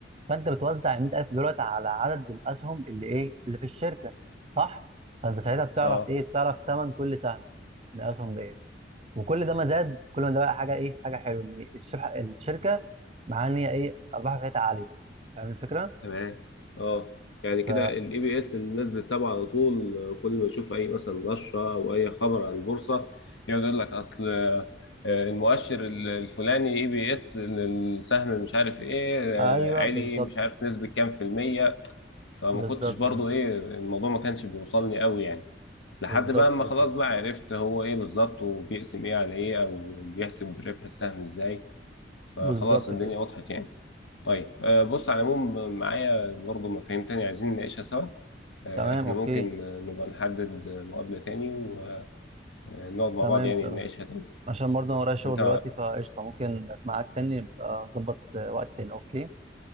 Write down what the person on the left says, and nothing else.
أه
تمام اه يعني كده
الاي بي اس الناس بتتابعه على طول آه، كل ما تشوف اي مثلا نشره او اي خبر عن البورصه يقعد يقول لك اصل آه، آه، المؤشر ال- الفلاني اي بي اس السهم مش عارف ايه آه،
عالي
مش عارف نسبه كام في الميه فما
كنتش برضو
ايه الموضوع ما كانش بيوصلني قوي يعني لحد
بقى اما
خلاص بقى عرفت هو ايه بالظبط وبيقسم ايه على ايه او بيحسب ربح السهم ازاي فخلاص
الدنيا
وضحت يعني طيب آه، بص على العموم معايا برضو مفاهيم تانية عايزين نناقشها سوا آه،
احنا
ممكن آه، نبقى نحدد آه، مقابلة تاني ونقعد مع
بعض يعني
نناقشها تاني
انت